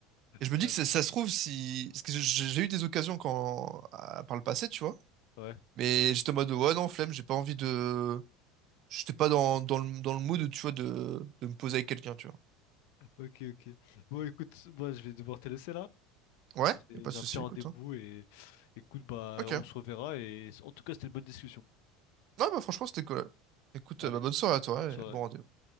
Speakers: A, on the right; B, on the left.
A: Et je me
B: Ouais.
A: dis que ça, ça se trouve, si. Parce que j'ai j'ai eu des occasions quand... à- par le passé, tu vois.
B: Ouais.
A: Mais j'étais en mode, ouais, non, flemme, j'ai pas envie de. J'étais pas dans, dans le, dans le mood, tu vois, de, de me poser avec quelqu'un, tu vois.
B: Ok, ok. Bon, écoute, moi, je vais devoir te laisser, là.
A: Ouais,
B: J'ai
A: y a pas
B: j'ai
A: de
B: un
A: souci,
B: petit rendez-vous
A: écoute. hein.
B: et écoute, bah,
A: Ok.
B: on
A: ouais
B: se reverra et en tout cas, c'était une bonne discussion.
A: bah franchement, c'était cool. Écoute,
B: Allez,
A: euh, bah, bonne soirée à toi
B: bonne
A: ouais,
B: soirée.
A: et bon rendez-vous.